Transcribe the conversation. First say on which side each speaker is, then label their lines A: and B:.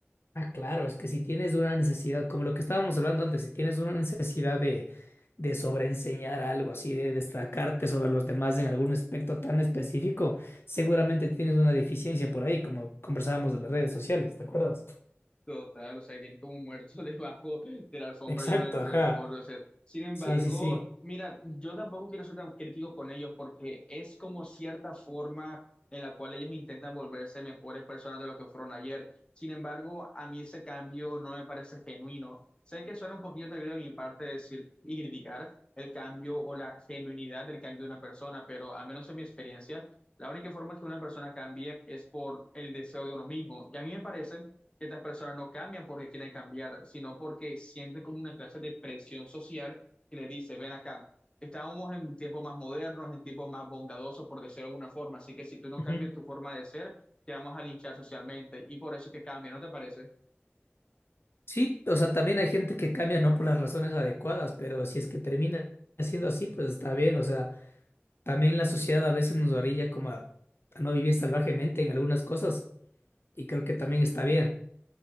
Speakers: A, on the left (about 60°); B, on the left (about 25°).
A: Ah, claro, es que si tienes una necesidad, como lo que estábamos hablando antes, si tienes una necesidad de, de sobreenseñar algo, así de destacarte sobre los demás en algún aspecto tan específico, seguramente tienes una deficiencia por ahí, como conversábamos de las redes sociales, ¿te acuerdas?
B: Total, o sea, y tiene como un muerto <laughs> debajo de la alfombra
A: Exacto,
B: y uno dentro
A: ajá.
B: del coro. O sea, sin embargo,
A: Sí, sí, sí.
B: mira, yo tampoco quiero ser tan crítico con ellos porque es como cierta forma en la cual ellos intentan volverse mejores personas de lo que fueron ayer. Sin embargo, a mí ese cambio no me parece genuino. Sé que suena un poquito atrevido de mi parte decir y criticar el cambio o la genuinidad del cambio de una persona, pero al menos en mi experiencia, la única forma que una persona cambie es por el deseo de uno mismo. Y a mí me parece que estas personas no cambian porque quieren cambiar, sino porque sienten como una clase de presión social que le dice, ven acá, estábamos en tiempos más modernos, en tiempos más bondadosos, por decirlo de alguna forma, así que si tú no
A: Ujú.
B: cambias tu forma de ser, te vamos a linchar socialmente y por eso es que cambia, ¿no te parece?
A: Sí, o sea, también hay gente que cambia no por las razones adecuadas, pero si es que termina siendo así, pues está bien, o sea. También la sociedad a veces nos orilla como a, a no vivir salvajemente en algunas cosas y creo
B: Mm,
A: que también está bien.